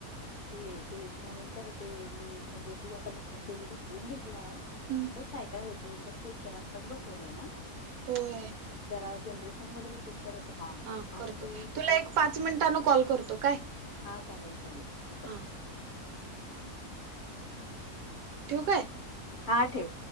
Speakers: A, on the left (about 75°); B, on the right (about 75°).
A: ते तेच म्हणून तर ते मी म्हणजे तू आता बसु तुम्ही बसवून घेतलाय.
B: हूं!
A: बघ काय, काय होत एकदा चेक करा आत्ताच बसवयल ना
B: होय
A: जरा जनरेशन वगैरे चेक करत राहा
B: हा
A: आणि
B: करतो
A: ते.
B: तुला एक पाच मिनिटान कॉल करतो काय?
A: हा चालेल चालेल ठीक आहे.
B: हा
A: <inaudible>
B: ठिऊ काय?
A: हा ठेव.